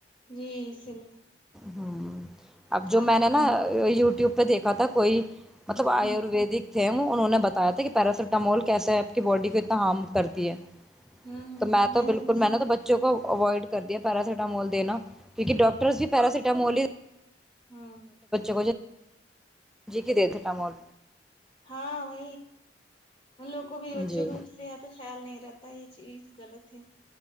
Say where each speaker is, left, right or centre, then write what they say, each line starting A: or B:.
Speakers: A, on the left; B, in the centre.
A: جی اسی لیے
B: ہاں اب
A: کھا
B: جو
A: لیتے
B: میں نے نا
A: ہیں
B: یوٹیوب پ دیکھا تھا کوئی مطلب آیورویدک
A: ہوں
B: تھھیم انہوں نے بتایا تھا کہ پیراسیٹامول کیسے ہے آپ کی باڈی کو اتنا ہارم کرتی ہے
A: ہوں ہ
B: تو
A: میں
B: تو بالکل
A: نے بھی سنا
B: تو
A: ہے
B: بچوں کو اوائڈ کرتی ہے پیراسیٹامول د نا کیونکہ ڈاکٹر بھی پیراسیٹامول ہی
A: ہاں
B: بے جک دے تھےٹامول
A: ہاں وہ ان لوگ کو بھی بچوں
B: جی
A: کا صحت خیال نہیں رہتا یہ چیز غلط جک